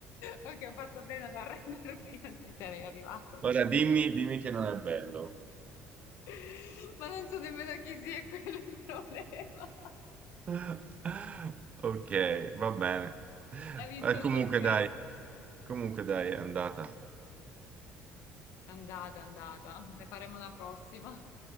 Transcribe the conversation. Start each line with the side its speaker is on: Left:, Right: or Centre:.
Left: Ok, ho fatto bene ad arrendermi, non ci sarei arrivato. onestamente.
Right: Ora dimmi, dimmi che non è bello.
Left: <laughs> Ma non so nemmeno chi sia <laughs> quello è il problema. <laughs>
Right: <laughs> Ok, va bene.
Left: Hai vinto
Right: Eh, comunque
Left: tu questo.
Right: dai, comunque dai, è andata.
Left: È andata, è andata. Ne faremo una prossima.